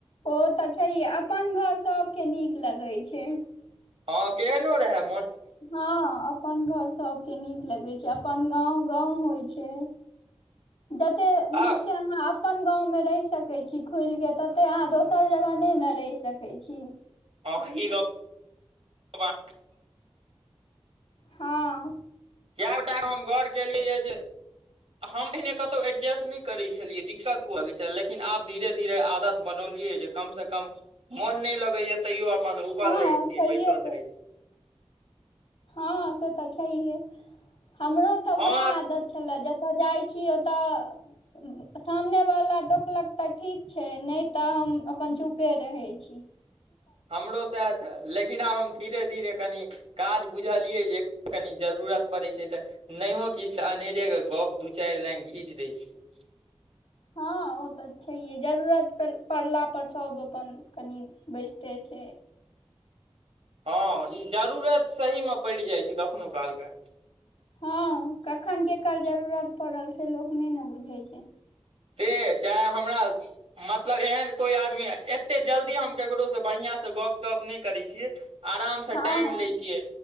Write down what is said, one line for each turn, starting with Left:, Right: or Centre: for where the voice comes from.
Left: ओ तऽ छैहे अपन घर सबके नीक लगैत छै
Right: हँ केहन रहै
Left: हँ अपन घर सबके नीक लगैत छै अपन गाँव गाँव होइ छै जते नीक
Right: आ
Left: से अहाँ अ अपन गाँवमे रहि सकै छी खुलके तते अहाँ दोसर जगह नय न रहि सकै छी
Right: ह ई ग पाँ
Left: हँ
Right: कए गोटाके हम गौर केलियैए जे हम पहिने कतहु एडजस्ट नय करैत छलियै दिक्कत हुअ लेकिन आब धीरे धीरे आदत बनौलियै जे कम से कम मोन नहि लगे या तैयो अपन रुकल
Left: हँ
Right: रहै छीय
Left: छैहे
Right: बैसल रहै छी
Left: हँं से तऽ छैहे हमरो तऽ
Right: हमरा
Left: उएह आदत छल जतय जाइ छी ओतय सामने वाला टोकलक तऽ ठीक छै नय तऽ हम अपन चुपे रहै छी ी
Right: हमरो सएह छै लेकिन आब हम धीरे धीरे कनि काज बुझलियै जे कनि जरूरत पड़ैत छै तऽ नहियो किछ अनेरे के गप दू चैर‌ लाइन खीच दै छै
Left: हँ ओ तऽ छैहे जरूरत पड़ला पर सब अपन कनी बैसते छै
Right: हँ ई जरूरत सहीमे पड़ि जाइ छै कखनो कालके
Left: हँ कखन केकर जरूरत पड़ल से लोक नय ने बुझै छै
Right: ए चाहे हमरा मतलब एहन कोई आदमी एते जल्दी हम केकरो से बढ़िआं से गप तप नय करै छियै आरामसँ
Left: हँ
Right: टाइम
Left: हँ
Right: लैय छियै